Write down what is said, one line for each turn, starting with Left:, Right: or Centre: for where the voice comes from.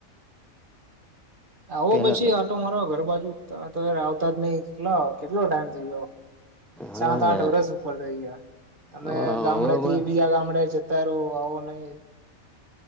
Right: આવો
Centre: પહેલાં
Right: પછી
Centre: કરતાં
Right: આટો મારો ઘર બાજુ તમે તો યાર આવતા જ નહી કેટલા કેટલો ટાઈમ થઈ ગયો.
Centre: હા
Right: સાત આઠ
Centre: યાર
Right: વરષ ઉપર થઈ ગયાર તમે
Centre: હવે
Right: ગામડાે
Centre: હમણાં
Right: થી બીજા ગામડાે જ તાર આવો નહી.